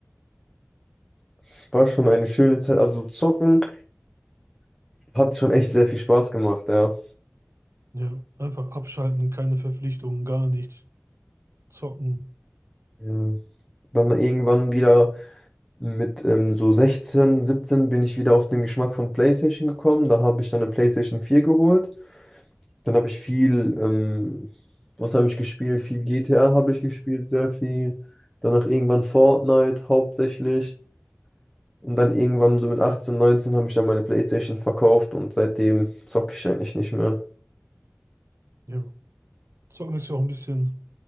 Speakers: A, in the centre; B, on the right.
A: Es war schon eine schöne Zeit. Also zocken hat schon echt sehr viel Spaß gemacht, ja.
B: Ja, einfach abschalten, keine Verpflichtungen, gar nichts zocken.
A: Ja. Dann irgendwann wieder mit ähm, so 16, 17 bin ich wieder auf den Geschmack von PlayStation gekommen. Da habe ich dann eine PlayStation vier geholt. Dann habe ich viel, ähm, was habe ich gespielt? Viel GTA habe ich gespielt, sehr viel. Danach irgendwann Fortnite hauptsächlich. Und dann irgendwann so mit 18, 19 habe ich dann meine PlayStation verkauft und seitdem zocke ich eigentlich nicht mehr.
B: Ja. Zocken ist ja auch ein bisschen,